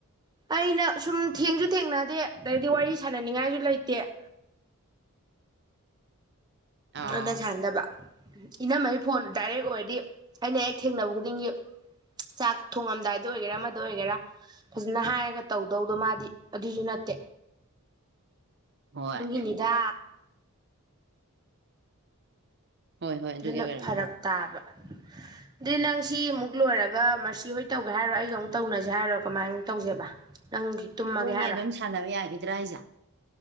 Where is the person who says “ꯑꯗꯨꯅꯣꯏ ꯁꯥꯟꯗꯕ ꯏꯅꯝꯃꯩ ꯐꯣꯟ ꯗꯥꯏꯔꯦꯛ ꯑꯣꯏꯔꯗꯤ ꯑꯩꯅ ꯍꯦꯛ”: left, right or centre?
Right